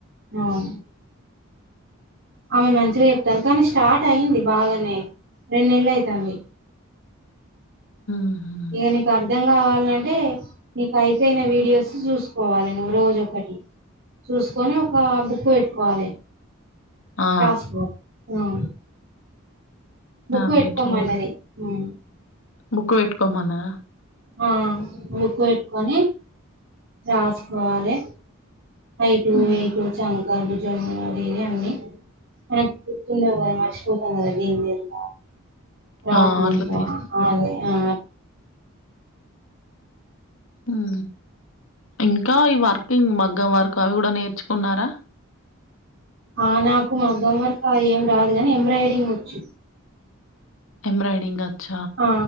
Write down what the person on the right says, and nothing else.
అవును ఆమె మంచిగా చెప్తారు కానీ స్టార్ట్ అయింది బాగానే రెండు నెలలు అయితుంది
ఇగ ని ఆర్ అర్థం కావాలంటే నీకు అయిపోయిన వీడియోస్ చూసుకోవాలి నువ్వు రోజు ఒక్కటి చూసుకొని ఒక బుక్ పెట్టుకోవాలి
రాసుకోవాలి ఉం బుక్
పెట్టుకోమన్నది
ఉం
ఆ బుక్కు పెట్టుకొని రాసుకోవాలే హైట్
వెయిట్ చ గా బుజము అది ఇది అన్నీ మనకి గుర్తుండవు గదా మర్చిపోతాం గదా దీనిదేంత రాకుడెంత
ఆ అదే ఆ
ఆ నాకు మగ్గం వర్క్ ఏం రాదు గని ఎంబ్రాయిడింగ్ వోచ్చు.
ఆ